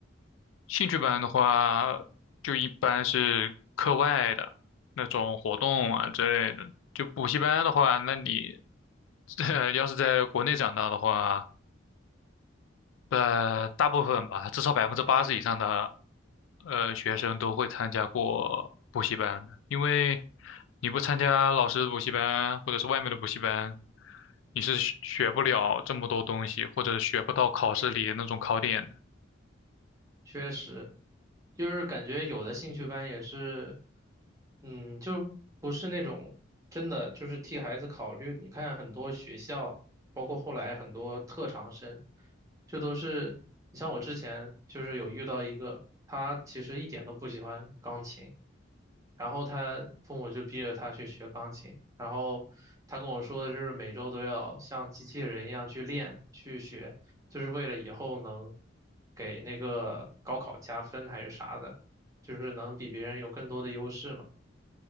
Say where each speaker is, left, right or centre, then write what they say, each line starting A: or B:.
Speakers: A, on the left; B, on the right.
A: 兴趣班的话，就一般是课外的那种活动啊之类的。就补习班的话，那你 <laughs> 呃要是在国内长大的话，呃，大部分吧，至少百分之八十以上的呃学生都会参加过补习班的，因为你不参加老师的补习班或者是外面的补习班，你是学学不了这么多东西，或者学不到考试里那种考点
B: 确实，就是感觉有的兴趣班也是，嗯，就不是那种真的就是替孩子考虑的你看很多学校，包括后来很多特长生，就都是，你像我之前就是有遇到一个，他其实一点都不喜欢钢琴。然后他父母就逼着他去学钢琴，然后他跟我说的就是每周都要像机器人一样去练去学，就是为了以后能给那个高考加分还是啥的，就是能比别人有更多的优势嘛。